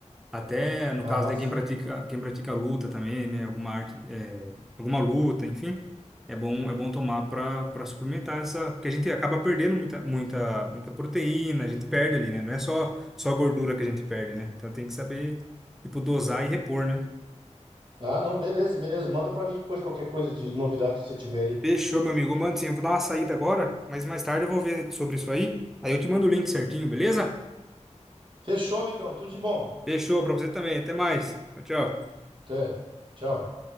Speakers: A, in the centre; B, on the right.
A: Até no
B: Ah,
A: caso de
B: sim.
A: quem pratica, quem pratica luta também, né? Alguma arte, é, alguma luta, enfim, é bom, é bom tomar para para suplementar essa, porque a gente acaba perdendo muita, muita, muita proteína, a gente perde ali, né? Não é só só a gordura que a gente perde, né? Então tem que saber tipo dosar e repor, né?
B: Ah, não, beleza, beleza. Manda pra mim depois qualquer coisa de novidade que você tiver aí.
A: Fechou, meu amigo. Mano, sim, eu vou dar uma saída agora, mas mais tarde eu vou ver sobre isso aí. Aí eu te mando o link certinho, beleza?
B: Fechou, amigão, tudo de bom.
A: Fechou para você também. Até mais. Tchau, tchau.
B: Até. Tchau.